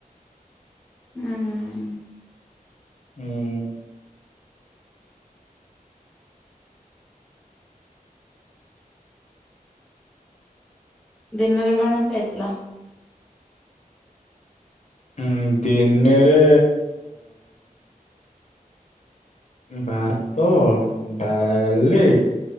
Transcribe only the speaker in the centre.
ହୁଁ।
ଦିନରେ କଣ ଖାଇଥିଲ?